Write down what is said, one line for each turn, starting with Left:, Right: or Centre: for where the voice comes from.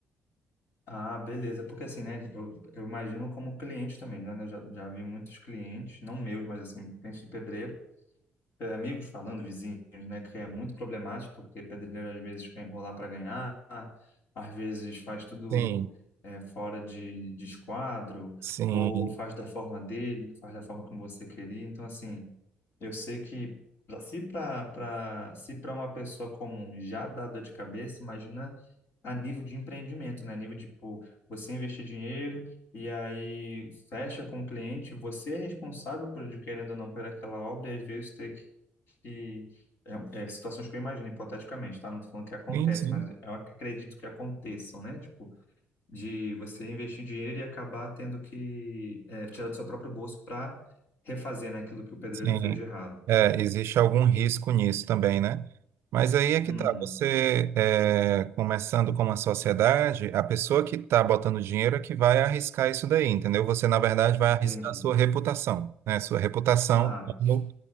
Left: Ah, beleza. Porque assim, né? Eu, eu imagino como cliente também, já, né? Já, já vi muitos clientes, não meus, mas assim, clientes de pedreiro é, amigos falando, vizinhos, né, que é muito problemático, porque pedreiro às vezes quer enrolar para ganhar, às vezes faz tudo
Right: Sim,
Left: é, fora de, de esquadro,
Right: sim,
Left: ou faz da forma dele, faz da forma como você queria. Então, assim, eu sei que pra- se para se para uma pessoa comum já dá dor de cabeça, imagina a nível de empreendimento, né? A nível de, tipo, você investir dinheiro e aí fecha com o cliente, você é responsável por, querendo ou não, por aquela obra e às vezes ter que que é, é, situações que eu imagino, hipoteticamente, tá? Não tô falando que acontece,
Right: sim, sim.
Left: mas eu acredito que aconteçam, né? Tipo, de você investir dinheiro e acabar tendo que é, tirar do seu próprio bolso para refazer, né, aquilo que o pedreiro
Right: sim.
Left: fez de errado.
Right: É, existe algum risco nisso também, né? Mas aí é que
Left: Hum,
Right: tá, você é, começando com uma sociedade, a pessoa que está botando dinheiro é que vai arriscar isso daí, entendeu? Você, na verdade, vai
Left: entendi.
Right: arriscar a sua reputação, né? Sua reputação
Left: Ah,
Right: como,